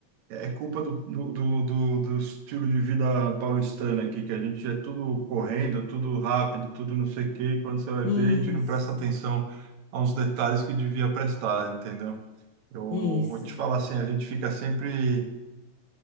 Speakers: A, on the right; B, on the left.
A: É culpa do, do, do, do- do estilo de vida paulistano aqui, que a gente é tudo correndo, tudo rápido, tudo não sei o quê, e quando você vai
B: <laughs>
A: ver,
B: isso,
A: a gente não presta atenção a uns detalhes que devia prestar, entendeu? Eu
B: isso,
A: vou te falar assim, a gente fica sempre